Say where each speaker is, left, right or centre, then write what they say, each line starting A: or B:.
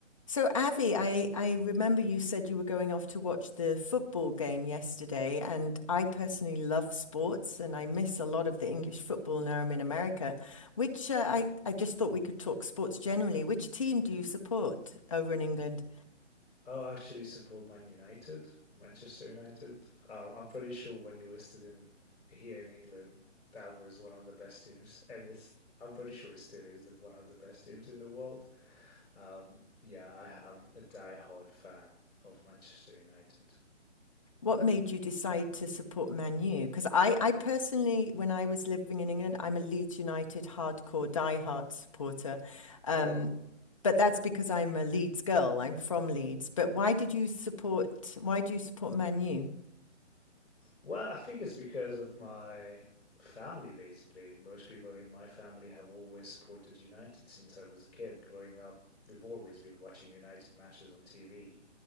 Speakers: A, on the left; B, on the left.
A: So, Avi, I, I remember you said you were going off to watch the football game yesterday, and I personally love sports and I miss a lot of the English football now I'm in America, which uh, I, I just thought we could talk sports generally. Which team do you support over in England?
B: I'll actually support Man United, Manchester United. Um, I'm pretty sure when you listed in here in England, that was one of the best teams, and it's I'm pretty sure it still is the, one of the best teams in the world. Um, yeah, I am a diehard fan of Manchester United.
A: What made you decide to support Man U? Because I, I personally, when I was living in England, I'm a Leeds United hardcore, diehard supporter. Um,
B: Oh,
A: but that's because I'm a Leeds girl. I'm from Leeds. But why did you support? Why do you support Man U?
B: well, I think it's because of my family, basically. Most people in my family have always supported United since I was a kid. Growing up, we've always been watching United matches on TV.